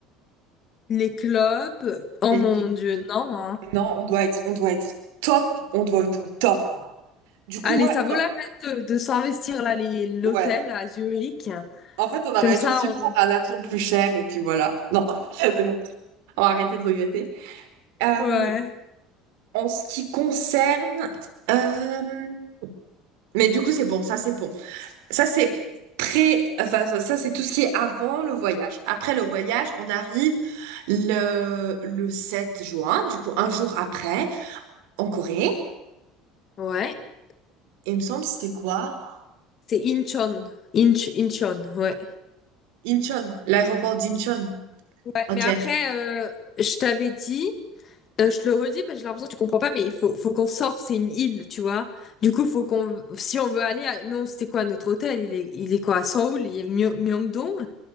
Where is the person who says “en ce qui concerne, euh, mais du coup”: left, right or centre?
Right